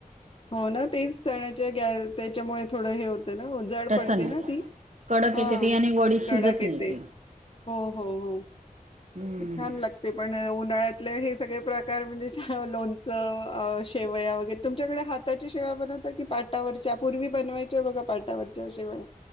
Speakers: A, on the left (about 40°); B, on the right (about 55°).
A: हो ना तेच चण्याच्या, गॅ त्याच्यामुळे थोडं हे हो, ना जड
B: तसं
A: पडते
B: नाही
A: ना ती,
B: कडक
A: हा
B: येते ते आणि वडी
A: कडक
B: शिजत
A: येते,
B: नाही ते
A: हो, हो, हो,
B: हम्म
A: छान लागते पण उन्हाळ्यातले, हे सगळे प्रकार म्हणजे, छ लोणचं. शेवया वगैे, तुमच्याकडे हाताची शेवा बनवता, की पाटावरच्या पूर्वी बनवायच्या बघा पाटावरच्या शेवया,